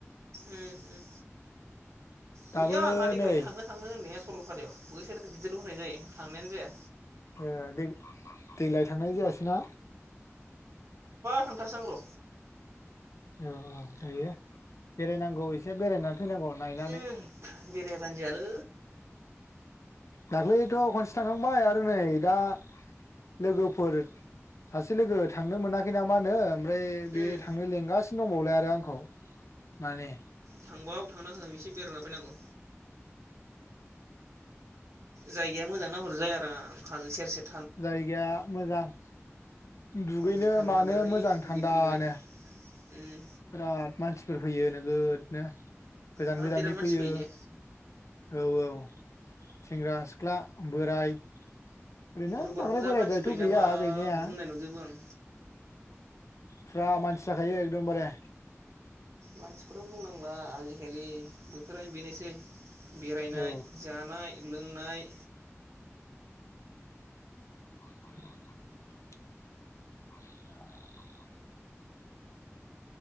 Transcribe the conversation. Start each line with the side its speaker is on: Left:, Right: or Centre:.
Right: उम उम
Left: दाबो
Right: गैया आंहा देग
Left: नै
Right: थांनायानो जाया
Left: ए दे देग्लाय थांनाय जायासै ना
Right: खान्थार सां र
Left: औ औ जायो बेरायनांगौ एसे बेरायनानै फैनांगौ नायनानै
Right: उम बेरायाबानो जायालै
Left: दाख्लैथ' खनसे थांखांबाय आरो नै दा लोगोफोर सासे लोगो थांनो मोनाखै ना मा होनो ओमफ्राय बे
Right: उम
Left: थांनो लेंगासि दंबावलाय आरो आंखौ माने
Right: थांबाव थांना हो एसे बेरायना फैनांगौ जायगाया मोजांना हरजाय आराम हाजो सेरसेेर
Left: जायगाया मोजां दुगैनो
Right: भुटान
Left: मानो
Right: हादोरनि
Left: मोजां थान्दानो
Right: दै फैनाय उम
Left: बिराद मानसिफोर फैयो नोगोदनो गोजान
Right: हाब
Left: गोजाननि
Right: बिराद मानसि
Left: फैयो
Right: ने
Left: औ औ सेंग्रा सिख्ला बोराय ओरैनो
Right: रबारावथ'
Left: बांद्राय
Right: जा
Left: बोरायद्रायथ'
Right: मानसि फैयो ना
Left: गैया
Right: बा
Left: गैनाया
Right: बुंनाय नुजोबो आं
Left: फुरा मानसि जाखायो एकदमबारे
Right: मानसिखौथ' बुंनांला आजिखालि बोथोरानो बेनोसै बेरायनाय
Left: औ
Right: जानाय लोंनाय
Left: <inaudible> <inaudible>